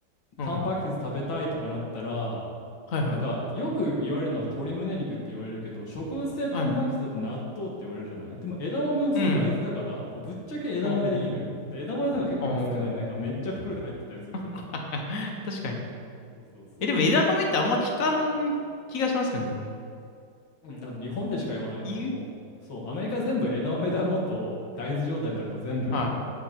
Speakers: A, on the left; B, on the left.
A: タンパク質食べたいとかなったら、
B: う。うん。はいはい。
A: なんか、よく言われるのは鶏胸肉って言われるけど、植物性タンパク質だと納豆って言われるじゃない。
B: はいはい。
A: でも枝豆もそう大豆だから、
B: うん。
A: まあ、ぶっちゃけ枝豆でいいのよ。
B: おー
A: で、枝豆とか結構安くないなんかめっちゃ袋で入ってたりするからさ。
B: おー。<laughs> 確かに。
A: そうそうそうそう。
B: え、でも枝豆ってあんま聞かん気がしますけどね。
A: うん、多分日本でしか言わないと思う。
B: 言う
A: そう、アメリカ全部枝豆だろうと、大豆状態であると全部
B: はい。